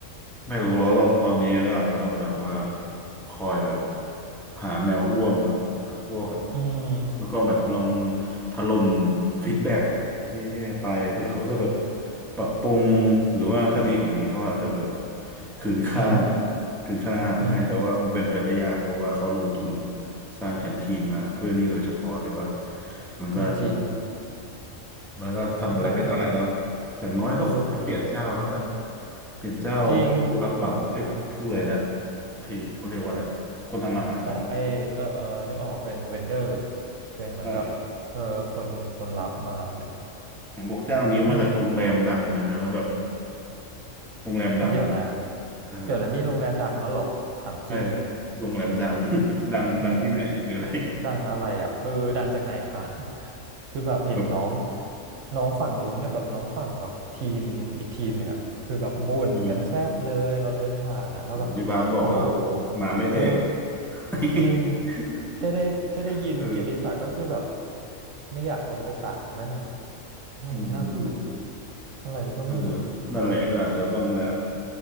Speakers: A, in the centre; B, on the right.
A: ไม่รู้แล้วลองตอนนี้แล้วอาจจะต้องแบบว่าคอยแบบหาแนวร่วมอ่ะหาพวกอ่ะ
B: อืม
A: แล้วก็แบบลองถล่มฟีดแบ็กแย่ๆไปเผื่อเขาจะแบบปรับปรุงหรือว่าถ้าดีกว่านี้เขาอาจจะแบบคืนค่า
B: อืม
A: คืนค่าอาหารให้แต่ว่าคงเป็นไปได้ยากเพราะว่าเขาลงทุน
B: อืม
A: สร้างแคนทีนมาเพื่อนี่โดยเฉพาะเลยป่ะมันก็อาจจะแบบ
B: ก็จริง
A: มันก็ทำอะไรไม่ได้แล้ว
B: ไม่แล้วแบบ
A: อย่างน้อยก็ขอให้เปลี่ยนเจ้าแล้วกัน
B: เออ
A: เปลี่ยนเจ้าผู้รับเหมาเอ้ยผู้ผู้เลยนะ
B: จริง
A: ไอ้เขาเรียกว่าอะไรคนทำอาหารน่ะ
B: อ๋อไอเออเออนึกออกเป็นเวนเดอร์เป็นเหมือนแบบเออคนคนรับมาแหละ
A: ใช่เห็นบอกเจ้านี้มาจากโรงแรมดังเลยนะแล้วแบบ
B: เออ
A: โรงแรมดังอะ
B: เดี๋ยวนะ
A: เออ
B: เดี๋ยวนะนี่โรงแรมดังแล้วเหรอถามจริง
A: ใช่โรงแรมดัง <laughs> ดังดังที่ไหนหรืออะไร
B: อืม ดังอะไรอ่ะเออดังจากไหนคะ <laughs> คือแบบเห็นน้อง
A: แบบ
B: น้องฝั่งนู้นเนี่ยแบบน้องฝั่งแบบทีมอีกทีมหนึ่งอ่ะคือแบบบ่นกันแซดเลยเราเดินผ่านอ่ะแล้วแบบโอ้โห
A: อืมที่บ้านบอกอ่ะหมาไม่แดก
B: เออ
A: <laughs>
B: จริงแค่ได้แค่ได้ยินเกียรติศักดิ์ก็คือแบบ
A: เออ
B: ไม่อยากลงไปตักแล้วเนี่ยไม่งน่าเบื่อ
A: อืม
B: อะไรก็ไม่รู้
A: เออนั่นแหละก็อาจจะต้องแบบ